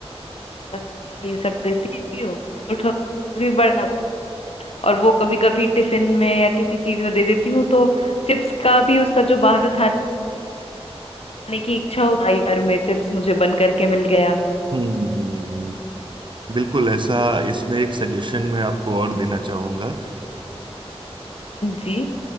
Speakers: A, on the left; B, on the right.
A: मसाला ये सब देती हूँ तो थोड़ा भी बड़ा और वो कभी कभी टिफिन में या किसी चीज में दे देती हूँ तो चिप्स का भी उसका जो बाहर खाने की इच्छा होती है घर में चिप्स मुझे बन करके मिल गया
B: हम्म हम्म हम्म। बिल्कुल ऐसा इसमें एक सजेशन मैं आपको और देना चाहूंगा
A: जी